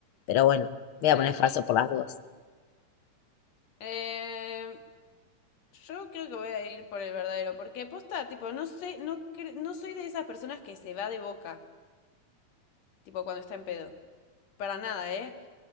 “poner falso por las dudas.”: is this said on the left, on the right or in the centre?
Left